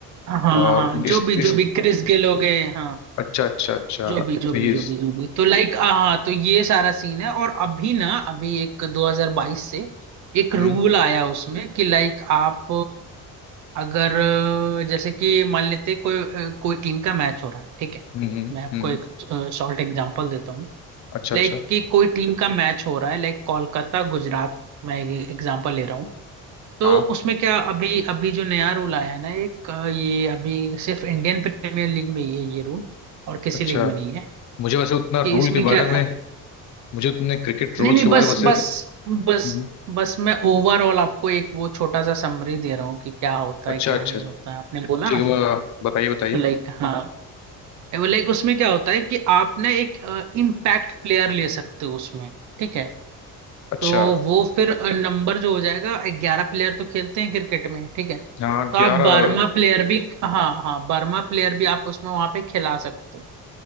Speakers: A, on the right (about 55°); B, on the left (about 55°).
A: हाँ हाँ
B: और
A: हाँ, जो
B: इस
A: भी
B: इस
A: जो भी क्रिस गेल हो गए हाँ
B: अच्छा अच्छा अच्छा
A: जो भी जो भी
B: ये
A: जो भी जो भी तो लाइक हाँ हाँ, तो ये सारा सीन है और अभी ना अभी एक 2022 से एक रूल
B: हम्म
A: आया उसमें कि लाइक आप अगर जैसे कि मान लेते कोई कोई टीम का मैच हो रहा है ठीक है
B: हम्म हम्म
A: मैं आपको
B: हम्म,
A: एक शॉर्ट एग्जांपल देता हूँ
B: अच्छा
A: लाइक
B: अच्छा
A: कि कोई टीम का मैच हो रहा है लाइक कोलकाता गुजरात मैं एग्जांपल ले रहा हूँ तो
B: हाँ
A: उसमें क्या अभी अभी जो नया रूल आया है ना एक अ, ये अभी सिर्फ इंडियन प्रीमियर लीग में ही है ये रूल और किसी
B: अच्छा
A: लीग में नहीं है
B: मुझे वैसे उतना
A: कि
B: रूल
A: इसमें
B: के
A: क्या
B: बारे में मुझे उतने क्रिकेट रूल्स
A: नहीं नहीं
B: के बारे
A: बस
B: में वैसे
A: बस
B: हम्म,
A: बस बस मैं ओवरऑल आपको एक वो छोटा सा समरी दे रहा हूँ कि क्या होता
B: अच्छा
A: है क्या
B: अच्छा
A: नहीं होता है आपने बोला
B: ठीक
A: ना
B: है वह बताइए बताइए
A: तो लाइक हाँ वो लाइक उसमें क्या होता है कि आप ना एक इम्पैक्ट प्लेयर ले सकते हो उसमें ठीक है
B: अच्छा
A: तो वो फिर नंबर जो हो जाएगा ग्यारह प्लेयर तो खेलते हैं क्रिकेट में ठीक है
B: हाँ
A: तो
B: ग्यारह
A: आप बारहवा प्लेयर भी हाँ हाँ बारहवा प्लेयर भी आप उसमें वहां पे खिला सकते हो